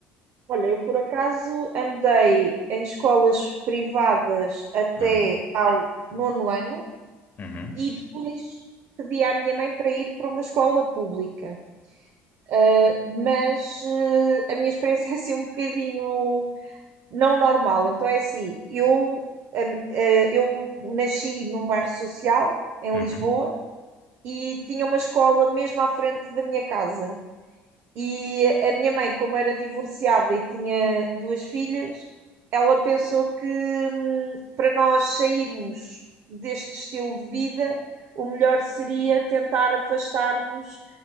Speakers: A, on the right (about 60°); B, on the left (about 35°).
A: Olha, eu por acaso andei em escolas privadas até
B: Hum,
A: ao nono ano
B: uhum,
A: e depois pedi à minha mãe para ir para uma escola pública. Ah, Mas eh, a minha experiência <laughs> é assim um bocadinho não normal. Então é assim, eu, eh, eh, eu nasci num bairro social em
B: uhum,
A: Lisboa e tinha uma escola mesmo à frente da minha casa. E a minha mãe, como era divorciada e tinha duas filhas, ela pensou que hum, para nós sairmos deste estilo de vida, o melhor seria tentar afastar-nos